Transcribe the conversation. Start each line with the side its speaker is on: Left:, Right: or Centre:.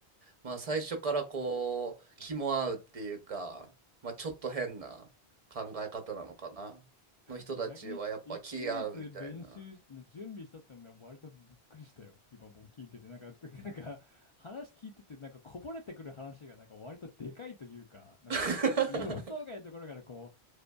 Right: まあ最初からこう、
Left: お
Right: 気も合うっていうか、
Left: ー。
Right: まあちょっと変な考え方なのかな。の人たちはやっぱ気合うみたいな。
Left: で、逆に1ヶ月練習し、準備したってのはね割とびっくりしたよ。今もう聞いてて。なんか、<laughs> なんか話聞いてて、なんかこぼれてくる話がなんか割とでかいというか、なんかえー
Right: <laughs>
Left: <laughs> 予想外のところからこ